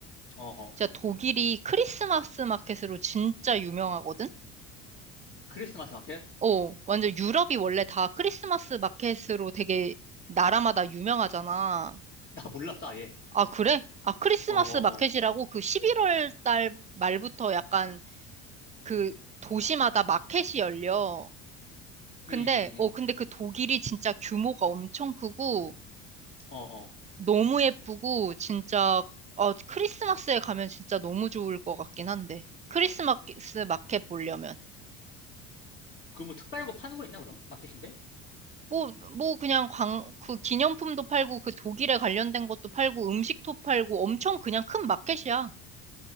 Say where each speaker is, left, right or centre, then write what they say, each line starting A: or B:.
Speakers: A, on the left; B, on the right.
A: 어, 어,
B: 진짜
A: 어.
B: 독일이 크리스마스 마켓으로 진짜 유명하거든?
A: 크리스마스 마켓?
B: 어, 완전 유럽이 원래 다 크리스마스 마켓으로 되게 나라마다 유명하잖아.
A: <laughs> 나 몰랐어, 아예.
B: 아, 그래? 아, 크리스마스
A: 어, 어,
B: 마켓이라고
A: 어.
B: 그 11월 달 말부터 약간 그 도시마다 마켓이 열려. 근데,
A: 음, 음, 음.
B: 어,
A: 음.
B: 근데 그 독일이 진짜 규모가 엄청 크고
A: 어, 어.
B: 너무 예쁘고 진짜, 어, 크리스마스에 가면 진짜 너무 좋을 것 같긴 한데. 크리스마스 마켓 보려면.
A: 그 뭐 특별한 거 파는 거 있나 그럼? 마켓인데?
B: 뭐, 뭐 그냥 광, 그 기념품도 팔고 그 독일에 관련된 것도 팔고 음식도 팔고 엄청 그냥 큰 마켓이야.